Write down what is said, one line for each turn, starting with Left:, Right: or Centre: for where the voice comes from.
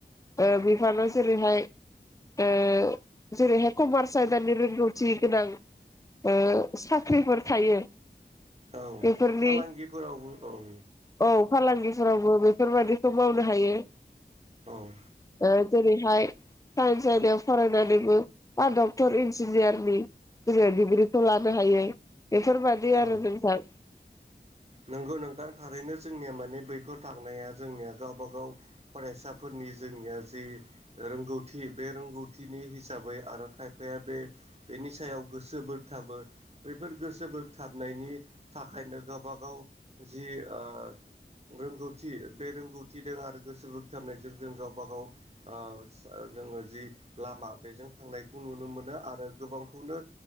Left: ओ बिफानाव जेरैहाय ओ जेरैहाय कमार्स आयदानि रोंगौथि गोनां। ओ साख्रिफोर थायो।
Right: औ
Left: बेफोरनि
Right: फालांगिफोरावबो औ।
Left: औ फालांगिफोरावबो बेफोरबादिखौ मावनो हायो।
Right: औ।
Left: ओ जेरैहाय साइन्स आयदायाव फरायनानैबो बा डक्टर इन्जिनियारनि जोङो बि -ग्रिखौ लानो हायो बेफोरबायदि आरो
Right: औ
Left: नोंथां।
Right: नंगौ नोंथां थारैनो। जोंनिया माने बैफोर थांनाया जोंनिया गावबा गाव फरायसाफोरनि जोंनिया जि रोंगौथि बे रोंगौथिनि हिसाबै आरो खायफाया बे बेनि सायाव गोसो बोगथाबो। बैफोर गोसो बोगथाबनायनि थाखायनो गोबां <unintelligible> गाव जि ओ रोंगौथि बे रोंगौथिजों आरो गोसो बोगथाबनायजों जों गावबा- गाव जोङो जि लामा बेजों थांनायखौ नुनो मोनो आरो गोबांखौनो